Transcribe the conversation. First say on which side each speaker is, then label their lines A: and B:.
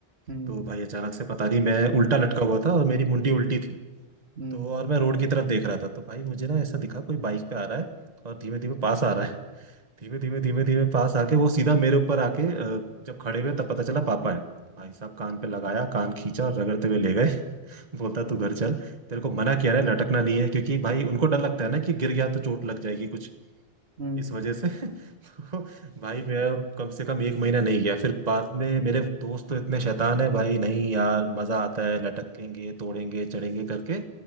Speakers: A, on the right; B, on the right.
A: हम्म
B: तो भाई अचानक से पता नहीं मैं उल्टा लटका हुआ था और मेरी मुंडी उल्टी थी
A: हम्म
B: तो और मैं रोड की तरफ देख रहा था तो भाई मुझे ना ऐसा दिखा कोई बाइक पे आ रहा है और धीमे धीमे पास आ रहा है <laughs> धीमे धीमे धीमे धीमे पास आके वो सीधा मेरे ऊपर आके अ, जब खड़े हुए तब पता चला पापा है भाई साहब कान पे लगाया कान खींचा और रगड़ते हुए ले गए बोलता तू घर चल तेरे को मना किया है लटकना नहीं है क्योंकि भाई उनको डर लगता है ना कि गिर गया तो चोट लग जाएगी कुछ
A: हम्म हम्म।
B: इस वजह से <laughs> तो भाई मैं कम से कम एक महीना नहीं गया फिर बाद में मेरे दोस्त तो इतने शैतान है भाई नहीं यार मजा आता है लटकेंगे तोड़ेंगे चढ़ेंगे करके